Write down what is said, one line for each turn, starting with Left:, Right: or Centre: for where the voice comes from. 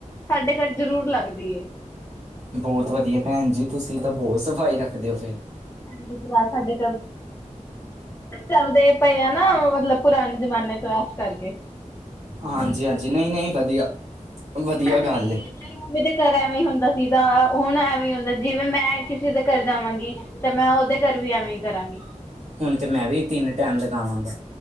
Left: ਸਾਡੇ ਘਰ ਜ਼ਰੂਰ ਲੱਗਦੀ ਹੈ
Right: ਬਹੁਤ ਵਧੀਆ ਭੈਣ ਜੀ ਤੁਸੀਂ ਤਾਂ ਬਹੁਤ ਸਫ਼ਾਈ ਰੱਖਦੇ ਹੋ ਫਿਰ
Left: <unintelligible> ਰੂਲਸ ਚੱਲਦੇ ਪਏ ਆ ਨਾ ਮਤਲਬ ਪੁਰਾਣੇ ਜਮਾਨੇ ਤੋਂ ਉਸ ਕਰਕੇ
Right: ਹਾਂਜੀ-ਹਾਂਜੀ, ਨਹੀਂ-ਨਹੀਂ ਵਧੀਆ। ਵਧੀਆ
Left: ਮੈਨੂੰ ਹੁਣ
Right: ਗੱਲ
Left: ਵੀ
Right: ਏ
Left: ਮੇਰੀ ਮੰਮੀ ਦੇ ਘਰ ਐਵੇਂ ਹੀ ਹੁੰਦਾ ਸੀ ਤਾਂ ਹੁਣ ਐਵੇਂ ਹੀ ਹੁੰਦਾ ਜਿਵੇਂ ਮੈਂ ਕਿਸੇ ਦੇ ਘਰ ਜਾਵਾਂਗੀ। ਤੇ ਮੈਂ ਉਹਦੇ ਘਰ ਵੀ ਐਵੇਂ ਈ ਕਰਾਂਗੀ।
Right: ਹੁਣ ਤੇ ਮੈਂ ਵੀ ਤਿੰਨ ਟਾਈਮ ਲਗਾਵਾਂਗਾ,